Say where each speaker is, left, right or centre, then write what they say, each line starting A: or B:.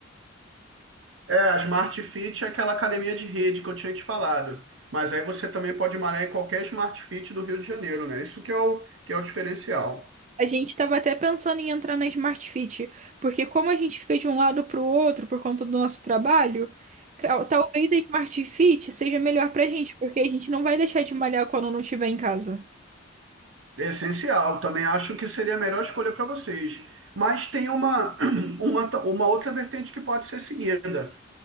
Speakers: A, on the right; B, on the right.
A: É, a Smart Fit é aquela academia de rede que eu tinha te falado. Mas aí você também pode malhar em qualquer Smart Fit do Rio de Janeiro, né? Isso que é o, que é o diferencial.
B: A gente estava até pensando em entrar na Smart Fit, porque como a gente fica de um lado para o outro por conta do nosso trabalho, tra- talvez a Smart Fit seja melhor para a gente, porque a gente não vai deixar de malhar quando não estiver em casa.
A: É essencial. Também acho que seria a melhor escolha para vocês. Mas tem uma, <clears throat> uma, ta- uma outra vertente que pode ser seguida.